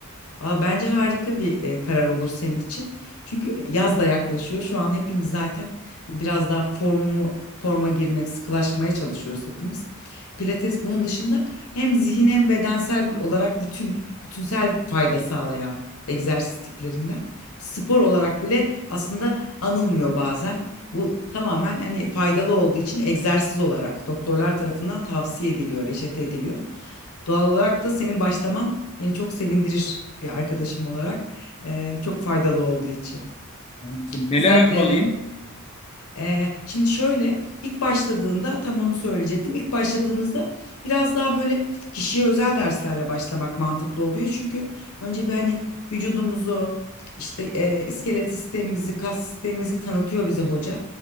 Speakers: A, on the left; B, on the left.
A: Valla bence harika bir e, karar olur senin için. Çünkü yaz da yaklaşıyor. Şu an hepimiz zaten hani biraz daha formu forma girmek, sıkılaşmaya çalışıyoruz hepimiz. Pilates bunun dışında hem zihin hem bedensel olarak bütün bütünsel fayda sağlayan egzersiz tiplerinden. Spor olarak bile aslında anılmıyor bazen. Bu tamamen hani faydalı olduğu için egzersiz olarak doktorlar tarafından tavsiye ediliyor, reçete ediliyor. Doğal olarak da senin başlaman Beni çok sevindirir bir arkadaşım olarak. Eee, çok faydalı olduğu için.
B: Anladım. Neler
A: Sen
B: almalıyım?
A: eee, ee, şimdi şöyle ilk başladığında tam onu söyleyecektim. İlk başladığımızda biraz daha böyle kişiye özel derslerle başlamak mantıklı oluyor. Çünkü önce bir hani vücudumuzu işte e, iskelet sistemimizi, kas sistemimizi tanıtıyor bize hoca.